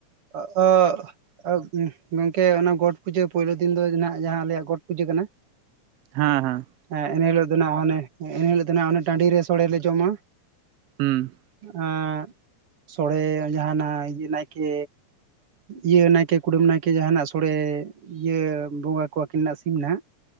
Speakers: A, on the right; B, on the right.
A: ᱚᱜ ᱚᱻ ᱚᱻᱜ ᱜᱚᱝᱠᱮ ᱚᱱᱟ ᱜᱚᱴ ᱯᱩᱡᱟᱹ ᱯᱩᱭᱞᱳ ᱫᱤᱱ ᱫᱚ ᱱᱟᱦᱟᱜ ᱡᱟᱦᱟᱸ ᱟᱞᱮᱭᱟᱜ ᱜᱚᱴ ᱯᱩᱡᱟᱹ ᱠᱟᱱᱟ᱾
B: ᱦᱮᱸ ᱦᱮᱸ,
A: ᱦᱮᱸ ᱤᱱᱟᱹ ᱦᱤᱞᱳᱜ ᱫᱚᱱᱟᱸᱜ ᱦᱟᱱᱮ, ᱤᱱ ᱦᱤᱞᱳᱜ ᱫᱚ ᱚᱱᱮ ᱴᱟᱺᱰᱤ ᱨᱮ ᱥᱳᱲᱮ ᱞᱮ ᱡᱚᱢᱟ,
B: ᱦᱩᱸ᱾
A: ᱮᱸᱻ ᱥᱚᱲᱮ ᱡᱟᱦᱟᱸᱱᱟᱜ ᱤᱭᱟᱹ ᱱᱟᱭᱠᱮ, ᱤᱭᱟᱹ ᱱᱟᱭᱠᱮ, ᱠᱩᱰᱟᱹᱢ ᱱᱟᱭᱠᱮ ᱡᱟᱦᱟᱸᱭᱱᱟᱜ ᱥᱳᱲᱮ ᱤᱭᱟᱹ ᱵᱚᱸᱜᱟ ᱠᱚᱣᱟ ᱠᱤᱱ ᱱᱟᱜ ᱥᱤᱢ ᱱᱟᱦᱟᱜ,